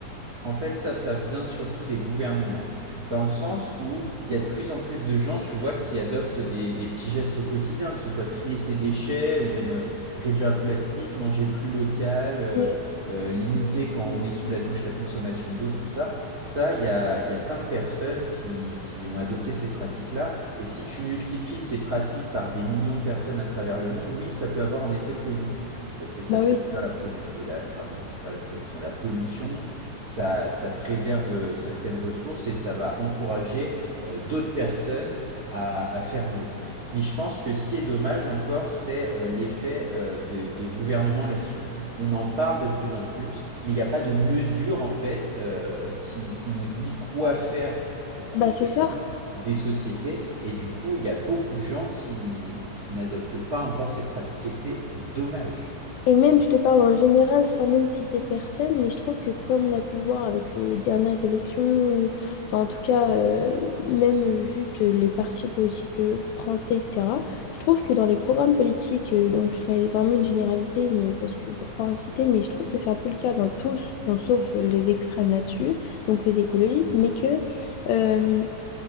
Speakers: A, on the right; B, on the left.
A: En fait, ça, ça vient surtout des gouvernements, dans le sens où il y a de plus en plus de gens, tu vois, qui adoptent des, des petits gestes au quotidien, que ce soit trier ses déchets ou même euh, réduire le plastique, manger plus local, euh,
B: Oui.
A: euh, limiter quand on est sous la douche la consommation d'eau, tout ça. Ça, il y a, il y a plein de personnes qui, qui ont adopté ces pratiques-là. Et si tu multiplies ces pratiques par des millions de personnes à travers le monde, oui, ça peut avoir un effet positif, parce que ça
B: Bah
A: peut
B: oui,
A: réduire la production, la, pardon, la- pas la production, la pollution ça, ça préserve euh, certaines ressources et ça va encourager euh, d'autres personnes à, à faire mieux. Mais je pense que ce qui est dommage encore, c'est euh, l'effet euh, de- des gouvernements là-dessus. On en parle de plus en plus, mais il n'y a pas de mesure en fait euh, qui, qui nous dit quoi faire concrètement
B: bah c'est ça.
A: des sociétés. Et du coup, il y a beaucoup de gens qui, qui n'adoptent pas encore ces pratiques et c'est dommage.
B: Et même, je te parle en général sans même citer personne, mais je trouve que comme on a pu le voir avec les dernières élections, ou enfin en tout cas euh, même juste les partis politiques euh, français, etc., je trouve que dans les programmes politiques, euh, donc je fais vraiment une généralité, mais parce que pour pas en citer, mais je trouve que c'est un peu le cas dans tous, bon, sauf les extrêmes là-dessus, donc les écologistes, mais que euh,